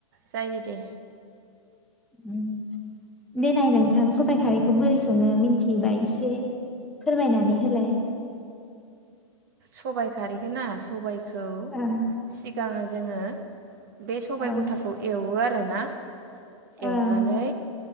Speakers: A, on the right; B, in the centre.
A: जायो दे
B: उम देनाय नोंथां सबाइ खारैखौ बोरै सङो मिथिबाय एसे फोरमायनानै होलाय
A: सबाय खारैखोना सबाय खौ
B: ओं
A: सि गां जोङो बे सबाय
B: औ
A: गथाखौ एवो रो ना
B: ओं
A: एवनानै